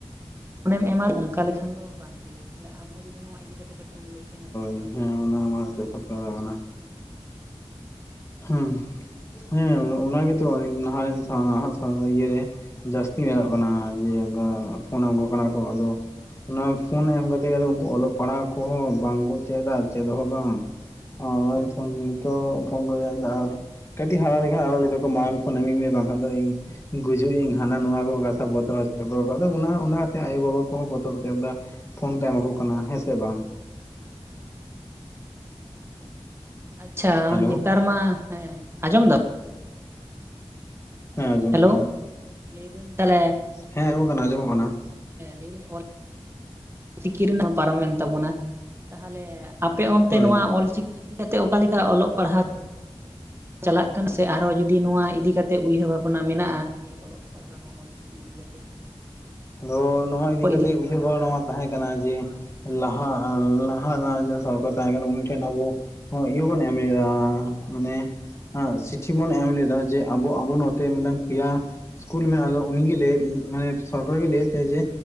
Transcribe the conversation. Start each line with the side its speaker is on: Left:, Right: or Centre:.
Right: ᱢᱚᱱᱮᱢ ᱮᱢᱟ ᱚᱱᱠᱟ ᱞᱮᱠᱷᱟᱱ ᱫᱚ ᱵᱟᱝ ᱴᱤᱠᱮ ᱟᱢ ᱦᱚᱸ ᱡᱩᱫᱤ ᱱᱚᱣᱟ ᱤᱫᱤ ᱠᱟᱛᱮ ᱠᱟᱹᱴᱤᱡ ᱮᱢ ᱞᱮ ᱠᱮᱭᱟ ᱱᱟᱯᱟᱭ ᱠᱚᱜᱼᱟ
Left: ᱦᱮᱸ
Right: ᱟᱨᱠᱤ
Left: ᱦᱮᱸ ᱚᱱᱟᱨᱮᱱᱟᱜ ᱥᱚᱛ ᱠᱟ ᱠᱟᱱᱟ ᱦᱮᱸ ᱦᱮᱸ ᱚᱱᱟ ᱜᱮ ᱛ ᱦ ᱤᱱᱥᱟᱱ ᱤᱭᱟᱹ ᱨᱮ ᱡᱟᱹᱥᱛᱤ ᱧᱮᱞᱚᱜ ᱠᱟᱱᱟ ᱡᱮ ᱯᱷᱳᱱ ᱟᱜᱩ ᱠᱟᱱᱟ ᱠᱚ ᱟᱫᱚ ᱱᱚᱣᱟ ᱯᱷᱳᱱ ᱮᱢ ᱠᱟᱛᱮᱮᱫ ᱟᱫᱚ ᱩᱱᱠᱩ ᱚᱞᱚᱜ ᱯᱟᱲᱦᱟᱜ ᱠᱚᱦᱚᱸ ᱵᱟᱝ ᱠᱚ ᱪᱮᱫ-ᱟ ᱪᱮᱫ ᱦᱚᱸ ᱵᱟᱝ ᱚᱱᱟᱚ
Right: ᱦᱮᱸ
Left: ᱠᱟᱹᱴᱤᱡ ᱦᱟᱨᱟ ᱞᱮᱠᱷᱟᱱ ᱟᱲᱚ ᱞᱮᱠᱟ ᱢᱟᱲᱟᱝ ᱯᱷᱳᱱ ᱤᱢᱟᱧ ᱢᱮ ᱵᱟᱝᱠᱷᱟᱱ ᱫᱚ ᱤᱧ ᱜᱩᱡᱩᱜ ᱤᱧ ᱦᱟᱱᱟ ᱱᱚᱣᱟ ᱠᱚ ᱠᱟᱛᱷᱟ ᱵᱚᱛᱚᱨ ᱦᱚᱪᱚ ᱟᱠᱟᱫᱟ ᱚᱱᱟ ᱚᱱᱟ ᱛᱮ ᱟᱭᱳ ᱵᱟᱵᱟ ᱠᱚᱦᱚᱸ ᱵᱚᱛᱚᱨ ᱮᱱᱟ ᱯᱷᱳᱱ ᱠᱚ ᱮᱢᱟ ᱠᱚ ᱠᱟᱱᱟ ᱦᱮᱸᱥᱮ ᱵᱟᱝ
Right: ᱟᱪᱷᱟ
Left: ᱦᱮᱞᱳ
Right: ᱱᱮᱛᱟᱨ ᱢᱟ ᱦᱮᱸ ᱟᱸᱡᱚᱢ ᱫᱟᱢ
Left: ᱦᱮᱸ ᱟᱸᱡᱚᱢᱚᱜ
Right: ᱦᱮᱞᱳ
Left: ᱠᱟᱱᱟ
Right: ᱞᱟᱹᱭᱫᱟᱹᱧ ᱛᱟᱦᱞᱮ
Left: ᱦᱮᱸ ᱟᱸᱡᱚᱢᱚᱜ ᱠᱟᱱᱟ ᱟᱸᱡᱚᱢᱚᱜ ᱠᱟᱱᱟ
Right: ᱞᱟᱹᱭ ᱫᱟ. ᱧ ᱚᱞ ᱪᱤᱠᱤ ᱨᱮᱱᱟᱜ ᱯᱟᱨᱚᱢᱮᱱ ᱛᱟᱵᱚᱱᱟ ᱛᱟᱦᱚᱞᱮ ᱟᱯᱮ ᱚᱱᱛᱮ‌‌‍‍‍
Left: ᱦᱳᱭ
Right: ᱱᱚᱣᱟ ᱚᱞᱪᱤᱠᱤ ᱤᱫᱤᱠᱟ ᱠᱟᱛᱮ ᱚᱠᱟ ᱚᱞᱚᱜ ᱯᱟᱲᱦᱟᱜ ᱪᱟᱞᱟᱜ ᱠᱟᱱ ᱥᱮ ᱟᱨᱦᱚᱸ ᱡᱩᱫᱤ ᱱᱚᱣᱟ ᱤᱫᱤ ᱠᱟᱛᱮᱫ ᱩᱭᱦᱟᱹᱨ ᱵᱷᱟᱵᱽᱱᱟ ᱢᱮᱱᱟᱜᱼᱟ ᱡᱮ ᱚᱞᱚᱜ ᱯᱟᱲᱦᱟᱣ ᱱᱚᱣᱟ ᱚᱞᱪᱤᱠᱤ ᱤᱫᱤ ᱠᱟᱛᱮ
Left: ᱟᱫᱚ ᱱᱚᱣᱟ ᱤᱫᱤ
Right: ᱠᱚ
Left: ᱠᱟᱛᱮᱜ
Right: ᱠᱟᱛᱮ
Left: ᱩᱭᱦᱟᱹᱨ
Right: ᱱᱟᱯᱟᱭ
Left: ᱵᱷᱟᱵᱽᱱᱟ
Right: ᱠᱚᱜᱼᱟ
Left: ᱱᱚᱣᱟ ᱛᱟᱦᱮᱸ ᱠᱟᱱᱟ ᱡᱮ ᱞᱟᱦᱟ ᱞᱟᱦᱟ ᱡᱟᱦᱟᱸ ᱥᱚᱨᱠᱟᱨ ᱛᱟᱦᱮᱸ ᱠᱟᱱᱟ ᱩᱱᱤ ᱴᱷᱮᱱ ᱟᱵᱚ ᱤᱭᱟᱹ ᱵᱚᱱ ᱮᱢ ᱞᱮᱫᱟ ᱢᱟᱱᱮ ᱪᱤᱴᱷᱤ ᱵᱚᱱ ᱮᱢ ᱞᱮᱫᱟ ᱡᱮ ᱟᱵᱚ ᱟᱵᱚ ᱱᱚᱛᱮ ᱢᱤᱫᱴᱟᱝ ᱯᱮᱭᱟ ᱤᱥᱠᱩᱞ ᱢᱮ ᱟᱫᱚ ᱩᱱᱤᱜᱮ ᱞᱟᱹᱭ ᱢᱟᱱᱮ ᱥᱚᱨᱠᱟᱨ ᱜᱮᱭ ᱞᱟᱹᱭᱮᱫ ᱛᱟᱦᱮᱫ ᱡᱮ